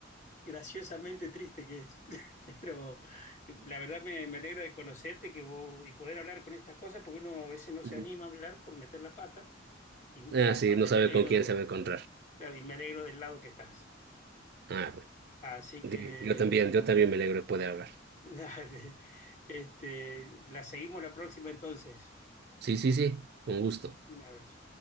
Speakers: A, on the left; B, on the right.
A: graciosamente triste que es. <laughs> Pero eh, la verdad me, me alegra de conocerte que vos, y poder hablar con estas cosas, porque uno a veces no
B: Ujú.
A: se anima a hablar por meter la pata. Y,
B: Ah,
A: y aparte
B: sí, no sabe
A: me alegro,
B: con quién se va a encontrar.
A: claro, y me alegro del lado que estás.
B: Ah, bueno.
A: Así
B: Sí,
A: que,
B: Yo también,
A: bueno,
B: yo también me alegro de poder hablar.
A: <laughs> dale. Este, la seguimos la próxima entonces.
B: Sí, sí, sí, con gusto.
A: Un abrazo.